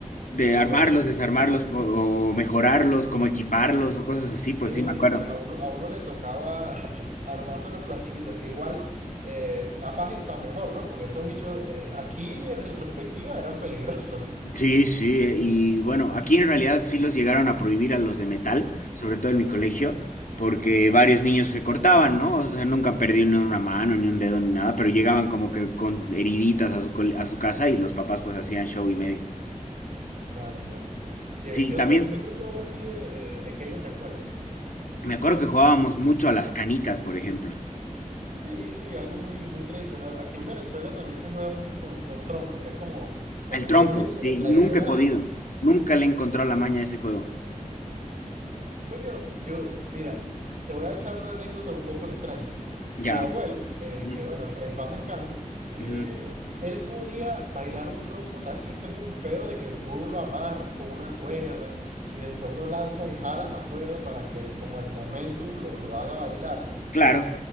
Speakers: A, on the left; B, on the right.
A: de
B: Y
A: armarlos,
B: bueno,
A: desarmarlos po- o mejorarlos, como equiparlos o cosas así,
B: sí,
A: pues sí me acuerdo.
B: sí, a uno, a uno le tocaba <laughs> armarse los plastiquitos, que igual eh, capaz y hasta mejor, ¿no? Porque esos bichos eh, aquí en retrospectiva eran peligrosos. <laughs>
A: Sí, sí, eh, y bueno, aquí en realidad sí los llegaron a prohibir a los de metal, sobre todo en mi colegio, porque varios niños se cortaban, ¿no? O sea, nunca han perdido ni una mano, ni un dedo, ni nada, pero llegaban como que con heriditas a su, col- a su casa y los papás pues hacían show y medio.
B: Claro, claro. ¿Qué,
A: Sí,
B: qué otro,
A: también
B: qué otro juego así de, de de pequeño te acuerdas?
A: me acuerdo que jugábamos mucho a las canicas, por ejemplo.
B: Sí, sí, algo muy, muy tradicional. Aquí en Venezuela también se juega mucho con, con trompo, que es como, como
A: Al trompo,
B: un Beyblade,
A: sí,
B: pero tradicional,
A: nunca he podido.
B: ¿no?
A: Nunca le encontró la maña a ese juego.
B: Coño, yo, mira, te voy a echar una anécdota un poco extraña. Mi
A: Ya.
B: abuelo, eh,
A: ujú,
B: que bueno, en, en paz descanse, eh,
A: ujú,
B: él podía bailar un trompo. Sabes que esto es un peo de que tú lo amarras con una cuerda y después lo lanzas y jalas la cuerda para que el- como el momentum lo, lo haga bailar, ¿no?
A: Claro,